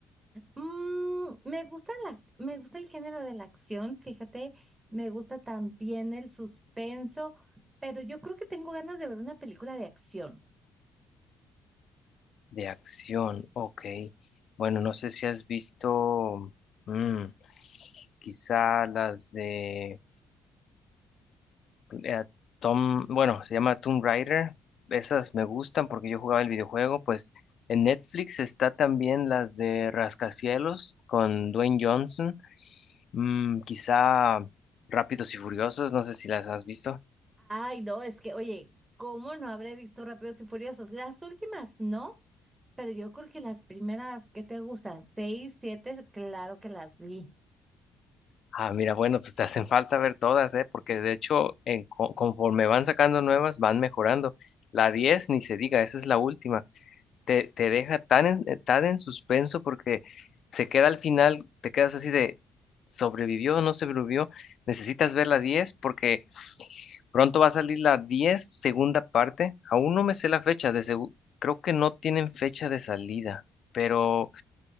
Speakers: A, on the right (about 20°); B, on the left (about 60°).
A: Mm, me gusta la, me gusta el género de la acción, fíjate, me gusta también el suspenso, pero yo creo que tengo ganas de ver una película de acción.
B: De acción, ok. Bueno, no sé si has visto, mm, quizá las de eh, Tom, bueno, se llama Tomb Raider. Esas me gustan porque yo jugaba el videojuego. Pues en Netflix está también las de Rascacielos con Dwayne Johnson. Mm, quizá Rápidos y Furiosos, no sé si las has visto.
A: Ay, no, es que, oye, ¿cómo no habré visto Rápidos y Furiosos? Las últimas no, pero yo creo que las primeras que te gustan, seis, siete, claro que las vi.
B: Ah, mira, bueno, pues te hacen falta ver todas, ¿eh? Porque de hecho, en, co- conforme van sacando nuevas, van mejorando. La 10, ni se diga, esa es la última. Te, te deja tan en, eh, tan en suspenso porque se queda al final, te quedas así de, ¿sobrevivió o no sobrevivió? Necesitas ver la 10 porque pronto va a salir la 10 segunda parte. Aún no me sé la fecha, de segu- creo que no tienen fecha de salida, pero